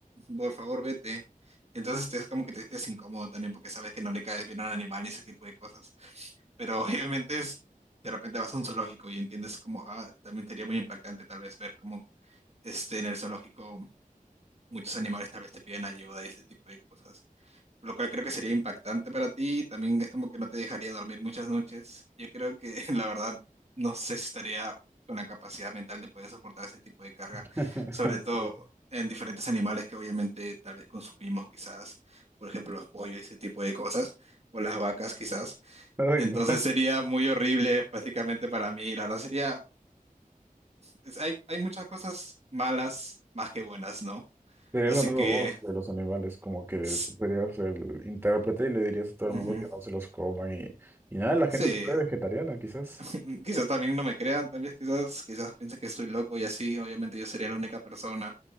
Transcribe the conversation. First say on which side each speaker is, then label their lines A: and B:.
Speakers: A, on the right; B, on the right.
A: Por favor, vete. Entonces es como que te sientes incómodo también porque sabes que no le caes bien a un animal y ese tipo de cosas. Pero <laughs> obviamente es, de repente vas a un zoológico y entiendes como, ah, también sería muy impactante tal vez ver como este, en el zoológico muchos animales tal vez te piden ayuda y ese tipo de cosas lo cual creo que sería impactante para ti. También es como que no te dejaría dormir muchas noches. Yo creo que <laughs> la verdad no sé si estaría con la capacidad mental de poder soportar ese tipo de carga,
B: <laughs>
A: sobre
B: Sí.
A: todo en diferentes animales que obviamente tal vez consumimos quizás, por ejemplo los pollos, ese tipo de cosas, o las vacas quizás.
B: Ay,
A: Entonces
B: no.
A: sería muy horrible básicamente para mí. La verdad sería, es- hay, hay muchas cosas malas más que buenas, ¿no?
B: Sería
A: Así
B: la nueva
A: que...
B: voz de los animales, como que
A: s-
B: tú serías el intérprete y le dirías a todo
A: ujú.
B: el mundo que no se los coman y, y nada, la gente
A: Sí,
B: se vuelve vegetariana, quizás.
A: <laughs> Mm, Quizás también no me crean, también quizás, quizás piensen que estoy loco y así, obviamente yo sería la única persona.